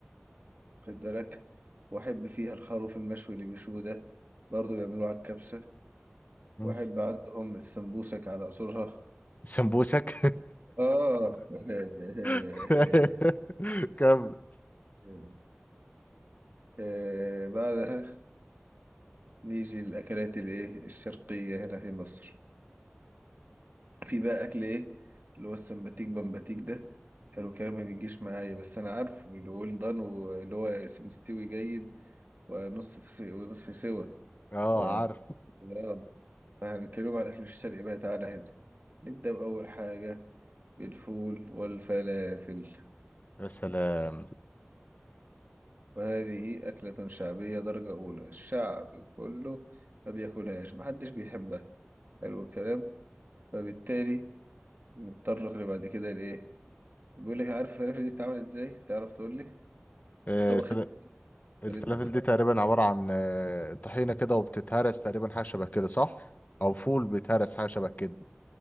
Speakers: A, on the right; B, on the left.
A: خد بالك وأحب فيها الخروف المشوي اللي بيشوه ده برضه بيعملوه على الكبسة
B: مم.
A: وأحب عندهم السمبوسك على أصولها
B: سمبوسك
A: آه <laughs> آه، آه، آه،
B: <laughs>
A: آه،
B: كم
A: آه، آه، بعدها نيجي للأكلات الإيه الشرقية هنا في مصر في بقى أكل إيه اللي هو السمباتيك بمباتيك ده حلو الكلام ما بيجيش معايا بس أنا عارفه اللي هو الدان واللي هو مستوي جيد ونص في سوا ونصف سوا
B: اه
A: و...
B: عارف
A: آه. فهنتكلم على الأكل الشرقي بقى تعالى هنا نبدأ بأول حاجة بالفول والفلافل
B: يا سلام
A: وهذه أكلة شعبية درجة أولى الشعب كله ما بياكلهاش محدش بيحبها حلو الكلام فبالتالي نضطر اللي بعد كده لإيه بيقول لك عارف الفلافل دي بتتعمل إزاي تعرف تقول لي
B: آه،
A: طبخت
B: الفلا- الفلافل
A: طريقة طبخها
B: دي تقريبا عبارة عن آه، طحينة كده وبتتهرس تقريبا حاجة شبه كده صح او فول بيتهرس حاجة شبه كده